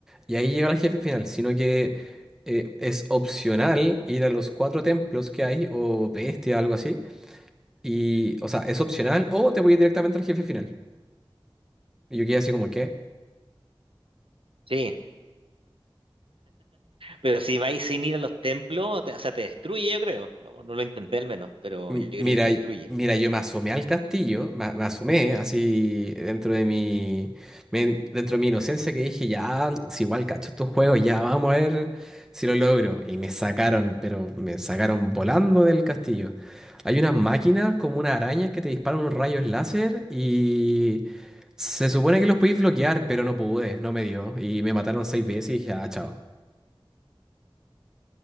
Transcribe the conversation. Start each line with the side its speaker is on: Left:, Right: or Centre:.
Centre: y ahí llega el jefe final, sino que eh, es opcional ir a los cuatro templos que hay, o bestia, algo así, y, o sea, es opcional, o te voy directamente al jefe final. Y yo quedé así como, ¿qué?
Right: Sí. Pero si vais sin ir a los templos, te- o sea, te destruye, yo creo. No, no lo intenté al menos, pero
Centre: M-
Right: yo creo
Centre: Mira,
Right: que te destruye.
Centre: y- mira, yo me asomé al castillo, me, me asomé así dentro de mi, me- dentro de mi inocencia que dije, ya, si igual cacho estos juegos, ya vamos a ver si lo logro. Y me sacaron, pero me sacaron volando del castillo. Hay unas máquinas como unas arañas que te disparan unos rayos láser y se supone que los podéis bloquear, pero no pude, no me dio. Y me mataron seis veces y dije, ah, chao.